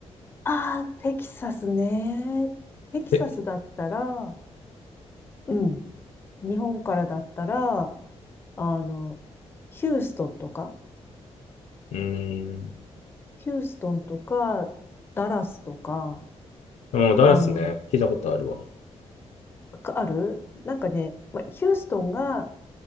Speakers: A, on the left; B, on the left.
A: ああ、テキサスね。テキサスだったら、
B: え、
A: うん。日本からだったら、あの、ヒューストンとか、
B: うーん。
A: ヒューストンとか、ダラスとか、
B: うん、ダラスね。
A: あの、
B: 聞いたことあるわ。
A: あるなんかね、まあ、ヒューストンが、